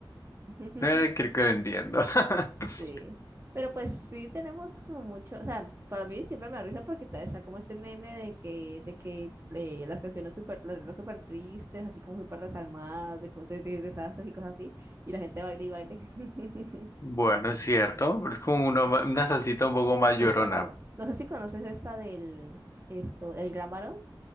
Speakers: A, on the right; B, on the left.
A: <laughs>
B: Eh, creo que lo entiendo. <laughs>
A: Sí, pero pues sí tenemos como mucho, o sea, para mí siempre me da risa porque ta- está como este meme de que, de que eh, las canciones súper, las letras súper tristes, así como súper desalmadas, de, cosas- de, de desastres y cosas así, y la gente baila y baile. <laughs>
B: Bueno, es cierto, pero es como una, una salsita un poco más
A: Es
B: llorona,
A: como, no sé si conoces esta del, esto, el gran varón